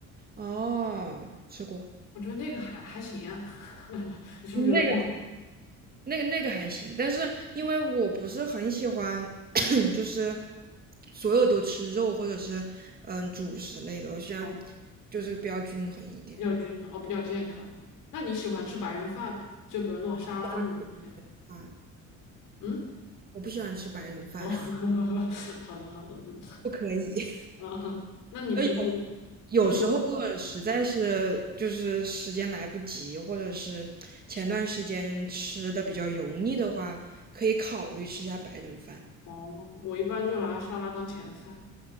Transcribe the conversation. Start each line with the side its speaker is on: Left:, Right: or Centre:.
Right: 哦，吃过
Left: 我觉得那个还还行啊。<laughs> 你是不是觉得不好？
Right: 那个那个那个还行，但是因为我不是很喜欢就是所有都吃肉或者是嗯主食类的，我喜欢
Left: 哦，
Right: 就是比较均衡一点。
Left: 比较均衡，哦，比较健康那种。那你喜欢吃白人饭吗？就比如那种沙拉那种东西？
Right: 白人饭，
Left: 嗯，
Right: 我不喜欢吃白人饭，
Left: 哦，
Right: <laughs>
Left: <laughs> 好的好的，嗯
Right: 不可以。
Left: 嗯，<laughs> 那你平时
Right: 呃，有有时候如果实在是就是时间来不及，
Left: 会做？
Right: 或者是前段时间吃的比较油腻的话，可以考虑吃下白人饭。
Left: 哦，我一般就拿沙拉当前菜。